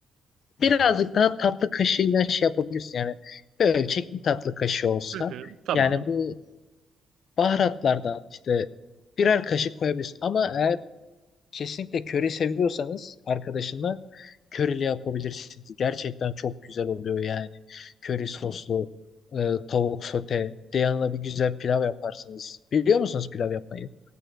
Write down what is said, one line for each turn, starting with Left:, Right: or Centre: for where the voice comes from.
Left: birazcık daha tatlı kaşığıyla şey yapabilirsin yani bir ölçek bir tatlı kaşığı olsa
Right: Hı hı, tamam.
Left: yani bu baharatlardan işte birer kaşık koyabilirsin ama eğer kesinlikle köri seviyorsanız arkadaşınla körili yapabilirsiniz. Gerçekten çok güzel oluyor yani. Köri soslu e, tavuk sote Bir de yanına bir güzel pilav yaparsınız. Biliyor musunuz pilav yapmayı?